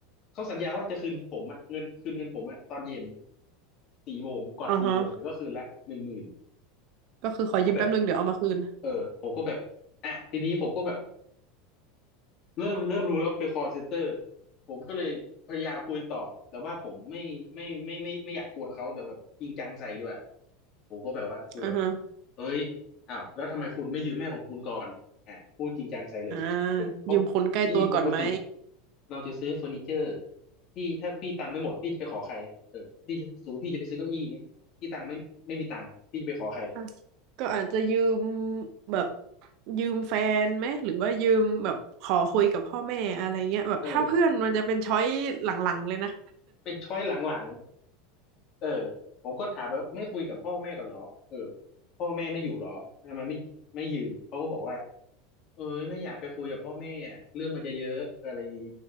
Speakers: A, on the left (about 40°); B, on the right (about 50°).
A: เขาสัญญาว่าจะคืนผมอะเงินคืนเงินผมอะตอนเย็นสี่โมงก่อนสี่โมงเดี๋ยวก็คืนละหนึ่งหมื่น
B: อือฮะก็คือขอยืมแป๊บนึงเดี๋ยวเอามาคืน
A: ผมก็แบบเออผมก็แบบอ่ะทีนี้ผมก็แบบ เริ่มเริ่มรู้แล้วเป็น call center ผมก็เลยพยายามคุยต่อแต่ว่าผมไม่ไม่ไม่ไม่ไม่ไม่อยากกวนเขาแต่แบบจริงจังใส่ด้วยผมก็แบบว่าคุยแบบ
B: อือฮะ
A: เอ้ยอ้าวแล้วทำไมคุณไม่ยืมแม่ของคุณก่อนอ่ะพูดจริงจังใส่เลยเออเพราะพี่ปกติ
B: อ่ายืมคนใกล้ตัวก่อนไหม
A: เราจะซื้อเฟอร์นิเจอร์พี่ถ้าพี่ตังค์ไม่หมดพี่จะไปขอใครเออพี่จะสูงพี่จะไปซื้อเก้าอี้อย่างเงี้ยพี่ตังค์ไม่ไม่มีตังค์พี่จะไปขอใคร
B: อ่ะก็อาจจะยืมแบบยืมแฟนไหมหรือว่ายืมแบบขอคุยกับพ่อแม่อะไรเงี้ยแบบถ้าเพื่อนมันจะเป็นช้อยหลังๆเลยนะ
A: เออเป็นช้อยหลัง เออผมก็ถามไปว่าไม่คุยกับพ่อแม่กันเหรอเออพ่อแม่ไม่อยู่เหรอทำไมไม่ไม่ยืมเขาก็บอกว่าเออไม่อยากไปคุยกับพ่อแม่อะเรื่องมันจะเยอะอะไรอย่างนี้